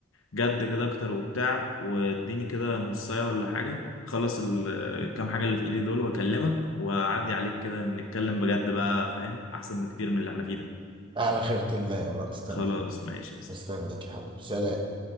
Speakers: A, on the left; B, on the right.
A: جد كده اكتر وبتاع واديني كده نصايه ولا حاجه خلص الكام حاجه اللي في ايدي دول واكلمك واعدي عليك كده نتكلم بجد بقى فاهم احسن بكتير من اللي احنا فيه ده
B: على خيرة الله يلا مستنيك
A: خلاص ماشي يا أسطى.
B: مستنيك يا حبيبي سلام